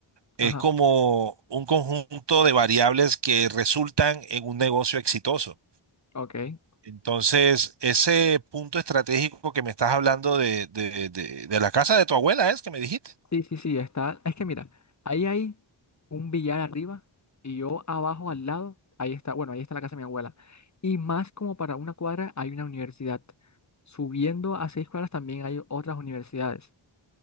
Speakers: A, on the right; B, on the left.
A: es
B: ajá,
A: como un conjunto de variables que resultan en un negocio exitoso.
B: ok.
A: Entonces, ese punto estratégico que me estás hablando de, de, de- de la casa de tu abuela es que me dijiste.
B: Sí, sí, sí, está. Es que mira, ahí hay un billar arriba y yo abajo al lado, ahí está, bueno, ahí está la casa de mi abuela. Y más como para una cuadra hay una universidad. Subiendo a seis cuadras también hay otras universidades.